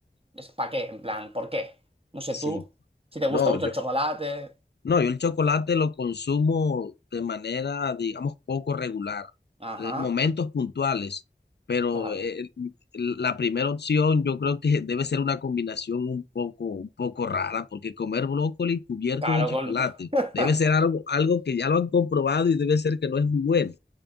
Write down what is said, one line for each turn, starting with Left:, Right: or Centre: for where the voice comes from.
Right: ¿Para qué? En plan, ¿por qué? No sé
Left: sí.
Right: tú, si te gusta
Left: No,
Right: mucho
Left: yo,
Right: el chocolate.
Left: No, yo el chocolate lo consumo de manera, digamos, poco regular,
Right: Ajá,
Left: en momentos puntuales, pero
Right: claro.
Left: eh, la primera opción yo creo que debe ser una combinación un poco, un poco rara, porque comer brócoli cubierto
Right: Claro,
Left: de chocolate
Right: con... <laughs>
Left: debe ser algo, algo que ya lo han comprobado y debe ser que no es muy bueno.